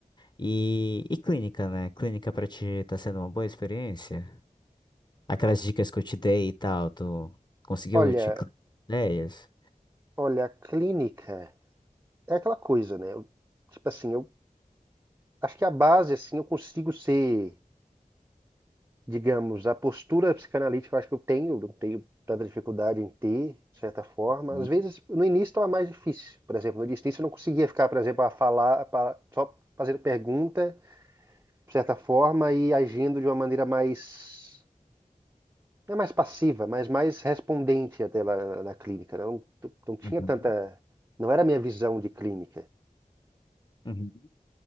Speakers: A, on the left; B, on the right.
A: E, e clínica, né? Clínica pra ti tá sendo uma boa experiência? Aquelas dicas que eu te dei e tal, tu conseguiu
B: Olha,
A: te ideias?
B: olha, a clínica é aquela coisa, né? Eu- Tipo assim, eu acho que a base, assim, eu consigo ser, digamos, a postura psicanalítica, eu acho que eu tenho, não tenho tanta dificuldade em ter, de certa forma.
A: Uhum,
B: Às vezes, no início estava mais difícil, por exemplo, no início eu não conseguia ficar, por exemplo, a falar, a pa- só fazendo pergunta, de certa forma, e agindo de uma maneira mais, não é mais passiva, mas mais respondente até lá na, na clínica. Não, não tinha
A: uhum,
B: tanta, não era a minha visão de clínica.
A: uhum.